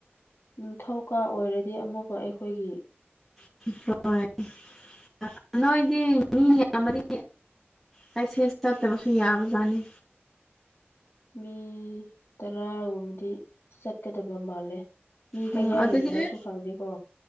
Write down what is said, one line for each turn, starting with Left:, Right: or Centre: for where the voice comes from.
Left: ꯅꯤꯡꯊꯧꯀꯥ ꯑꯣꯏꯔꯗꯤ ꯑꯃꯨꯛꯀ ꯑꯩꯈꯣꯏꯒꯤ
Centre: <unintelligible> <unintelligible> ꯅꯣꯏꯗꯤ ꯃꯤ ꯌꯥꯝꯃꯗꯤ ꯄꯥꯏꯁꯦꯁ ꯅꯠꯇꯕꯁꯨ ꯌꯥꯕ ꯖꯥꯠꯅꯤ
Left: ꯃꯤ ꯇꯔꯥꯒꯨꯝꯕꯗꯤ ꯆꯠꯀꯗꯕ ꯃꯥꯜꯂꯦ ꯃꯤ
Centre: ꯎꯝ
Left: ꯀꯌꯥ
Centre: ꯑꯗꯨꯗꯤ
Left: ꯂꯤꯡꯕꯁꯨ
Centre: ꯑꯩ
Left: ꯈꯪꯗꯦꯀꯣ